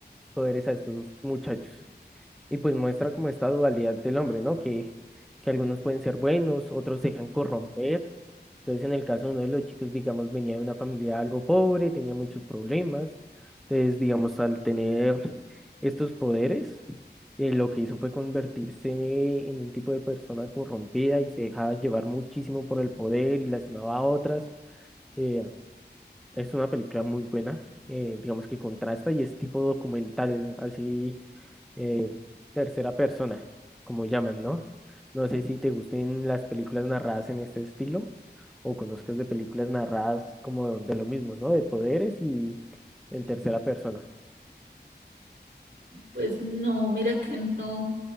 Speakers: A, in the centre; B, on the right.
A: poderes a estos muchachos. Y pues muestra como esta dualidad del hombre, ¿no? Que, que algunos pueden ser buenos, otros se dejan corromper entonces, en el caso de uno de los chicos, digamos, venía de una familia algo pobre, tenía muchos problemas. Entonces, digamos, al tener estos poderes, eh, lo que hizo fue convertirse en un tipo de persona corrompida y se dejaba llevar muchísimo por el poder y lastimaba a otras. Eh, es una película muy buena, eh, digamos que contrasta y es tipo documental, así eh, tercera persona, como llaman, ¿no? No sé si te gusten las películas narradas en este estilo o conozcas de películas narradas como de lo mismo, ¿no? De poderes y en tercera persona.
B: Pues no, mira que no,